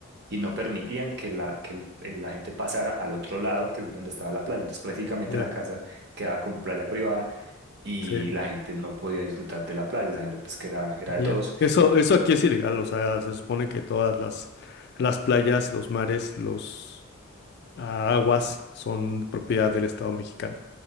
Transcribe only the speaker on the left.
Ya,
sí,
ya.
Eso, eso aquí es ilegal, o sea, se supone que todas las, las playas, los mares, los ah, aguas son propiedad del Estado mexicano.